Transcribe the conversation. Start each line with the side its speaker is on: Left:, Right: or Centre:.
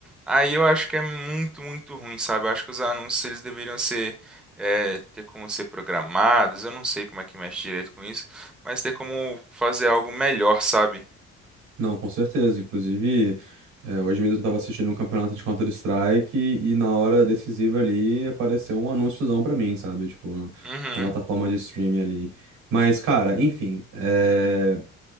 Centre: Aí eu acho que é muito, muito ruim, sabe? Eu acho que os anúncios, eles deveriam ser é, ter como ser programados, eu não sei como é que mexe direito com isso, mas ter como fazer algo melhor, sabe?
Right: Não, com certeza. Inclusive, eh, hoje mesmo eu estava assistindo um campeonato de Counter-Strike e, e na hora decisiva ali apareceu um anúnciozão pra mim, sabe? Tipo,
Centre: Uhum,
Right: na plataforma de streaming ali. Mas, cara, enfim, eh,